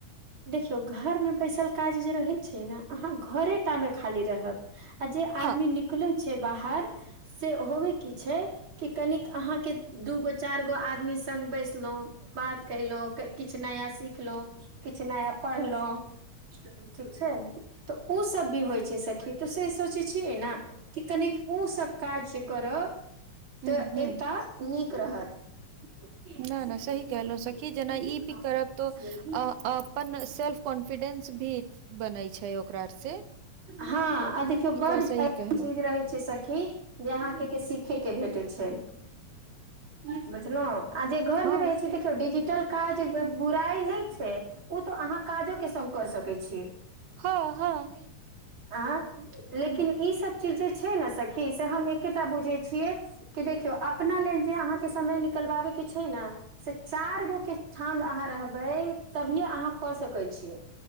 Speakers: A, on the right; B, on the right.
A: देखियो घरमे बैसल काज जे रहैत छै ने अहाँ घरेटा
B: हँ
A: मे खाली रहब आ जे आदमी
B: हँ
A: निकलै छै बाहर से होबे की छे कि अहाँ के दुगो चार गो एगो आदमी संग बैसलो बात कयलो किछ नया सिखलो किछ नया कहलो ठीक छै त ओ सब भी होइ छै सखी तसे सोचै छियै ने कि कनी ओसब काज जे करब
B: ह
A: तऽ
B: ह
A: एकटा नीक रहत <unintelligible>
B: ना ना सही कहलहुँ सखी जेना ई भी करब तो अ अपन सेल्फ कॉन्फिडेंस भी बनै छै ओकरा से
A: हँ आ देखियौ बड
B: ई तऽ
A: एन
B: सही कहलहुँ
A: चीज रहे छै सखी जे अहाँ के सी ठीके भेटै छै जे घर
B: हँ
A: मे रहै छै देखियौ डिजिटल काज बुराइ नहि छै ओ तऽ अहाँ काजो के संग क सकै छीयै
B: हँ हँ
A: आं लेकिन ई सब चीज जे छै न सखी से हम एकेटा बुझै छियै कि देख केओ अपना लेल जे अहाँके समय निकलबा बैके छै न से चारगो के ठाँ अहाँ रहबै तभी य अहाँ क सकै छीयै